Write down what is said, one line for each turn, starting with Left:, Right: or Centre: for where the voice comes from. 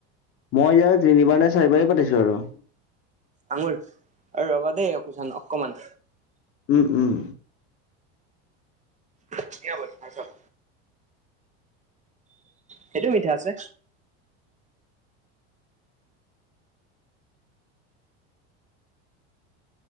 Left: মই এতিয়া তিনিবাৰ নে চাৰিবাৰেহে পাতিছো আৰু।
Right: আঙুৰ অ' ৰবা দেই অ চান অকমান
Left: উম উম।
Right: ধুনিয়া বুলো খাই চাওক সেইটো মিঠা আছে।